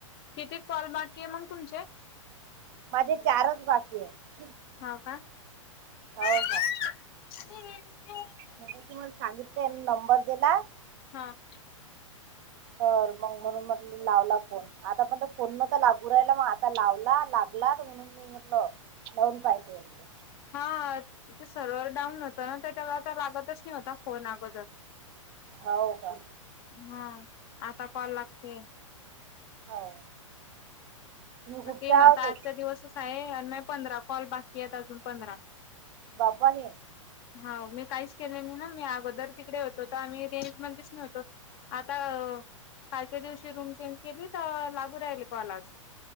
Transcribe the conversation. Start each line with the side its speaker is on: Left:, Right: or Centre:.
Left: किती कॉल बाकी आहे मग तुमचे <unintelligible>
Right: माझे चारच बाकी आहे. <unintelligible>
Left: हो का <unintelligible>
Right: हो मगाशी तुम्हाला सांगितलं नंबर दिला <unintelligible>
Left: हा! <unintelligible>
Right: कर मग म्हणून म्हट <unintelligible> लावला फोन आता पण फोन न तर लागू राहिला मग आता लावला लागलात म्हणून मी म्हटलो लोन पाहिजे म्हटलो <unintelligible>
Left: हा ते सर्वर डाऊन होतं ना त्याच्यावर लागतच नव्हता फोन अगोदर <inaudible>
Right: हाव का
Left: हा आता कॉल लागते.
Right: हो तुम्ही
Left: म
Right: कुठच्या
Left: ते म्हणता
Right: आहोत
Left: आजचा दिवसच आहे अनं माये पंधरा कॉल बाकी आहेत अजून पंधरा
Right: बाप्पारे!
Left: हाव मी काहीच केले नाय ना मी अगोदर तिकडे होतो तर आम्ही रेंज मध्येच नव्हतो आता कालच्या दिवशी रूम चेंज केली त लागू राहले कॉल आज